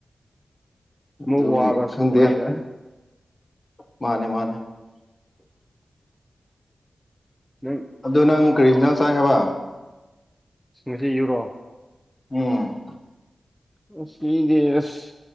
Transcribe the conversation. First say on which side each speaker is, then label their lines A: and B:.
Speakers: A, on the left; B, in the centre.
A: ꯑꯗꯨꯒꯤ
B: ꯃꯨꯛ ꯋꯥꯕ
A: ꯈꯪꯗꯦ
B: ꯁꯨꯕꯀꯥꯟꯗ
A: ꯃꯥꯅꯦ ꯃꯥꯅꯦ
B: ꯅꯪ
A: ꯑꯗꯣ ꯅꯪ ꯀ꯭ꯔꯤ ꯏꯟꯖꯥꯡ ꯆꯥꯏ ꯍꯥꯏꯕ꯫
B: ꯉꯁꯤꯒꯤꯔꯣ
A: ꯎꯝ
B: ꯉꯁꯤꯗꯤ ꯑꯁ